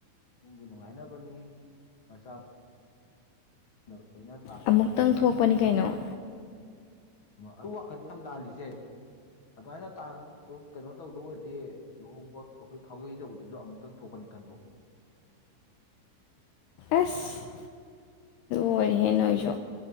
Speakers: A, on the left; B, on the left.
A: ꯏꯃꯨꯡꯒꯤ ꯅꯨꯡꯉꯥꯏꯅꯕꯅꯤ ꯃꯆꯥ <unintelligible> ꯍꯩꯃꯥ
B: ꯑꯃꯨꯛꯇꯪ ꯊꯣꯛꯄꯅꯤ ꯀꯩꯅꯣ
A: ꯑꯗꯨ ꯋꯥꯈꯜꯗꯨ ꯌꯥꯝ ꯂꯥꯜꯂꯤꯁꯦ ꯑꯗꯨꯃꯥꯏꯅ ꯇꯥꯡ ꯀꯩꯅꯣ ꯇꯧꯗꯧ ꯑꯣꯏꯔꯗꯤ ꯂꯨꯍꯣꯡꯕ ꯑꯈꯣꯏ ꯈꯥꯎꯌꯩ ꯇꯧꯕꯗꯨꯁꯨ ꯑꯃꯨꯛꯇꯪ ꯊꯣꯛꯄꯅꯤ ꯈꯟꯗꯣꯛꯎ
B: ꯑꯁ ꯑꯣꯏꯔꯦꯍꯦ ꯅꯣꯏꯁꯨ